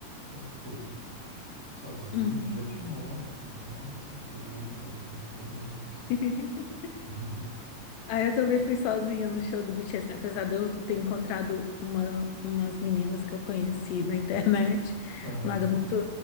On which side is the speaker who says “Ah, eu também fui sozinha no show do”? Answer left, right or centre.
Left